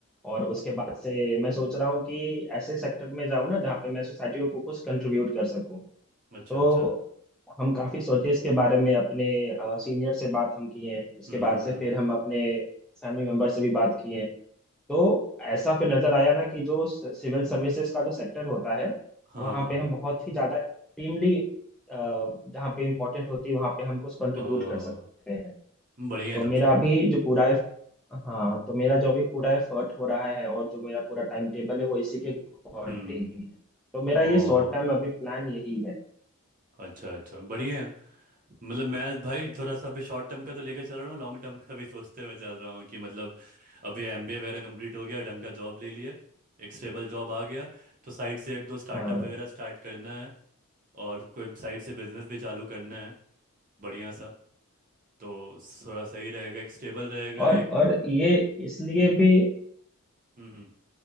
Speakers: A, in the centre; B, on the right.
A: और उसके बाद से मैं सोच रहा हूँ कि ऐसे सेक्टर में जाऊँ ना जहाँ पे मैं सोसाइटी को कुछ कंट्रीब्यूट कर सकूँ
B: अच्छा
A: तो
B: अच्छा
A: हम काफी सोचे इसके बारे में अपने सीनियर से बात हम किए हैं उसके
B: हम्म
A: बाद
B: हम्म
A: से
B: हम्म
A: फिर हम अपने फैमिली मेंबर से भी बात किए हैं तो ऐसा फिर नजर आया ना कि जो सिविल सर्विसेज का जो सेक्टर होता है
B: हाँ
A: वहाँ
B: हाँ
A: पे हम बहुत ही ज्यादा एक्सट्रीमली जहाँ पे इम्पोर्टेंट होती है वहाँ पे हम कुछ कंट्रीब्यूट
B: ओ
A: कर सकते हैं
B: बढ़िया है
A: तो
B: तब
A: मेरा
B: तो
A: अभी जो पूरा हाँ तो मेरा जो अभी पूरा एफर्ट हो रहा है और जो मेरा पूरा टाइम टेबल है वो इसी के अकॉर्डिंग
B: हम्म
A: है तो मेरा ये
B: ओ
A: शॉर्ट टर्म अभी प्लान यही है
B: अच्छा अच्छा बढ़िया है मतलब मैं भाई थोड़ा सा अभी शॉर्ट टर्म का तो लेकर चल रहा हूँ लॉन्ग टर्म का भी सोचते हुए चल रहा हूँ कि मतलब अभी एमबीए वगैरह कंप्लीट हो गया ढंग का जॉब ले लिया एक स्टेबल जॉब आ गया तो साइड से एक दो स्टार्टअप
A: हाँ
B: वगैरह स्टार्ट करना है और कोई साइड से बिजनेस भी चालू करना है बढ़िया सा तो थोड़ा सही रहेगा एक स्टेबल रहेगा
A: और
B: एक
A: और ये इसलिए भी
B: हम्म हम्म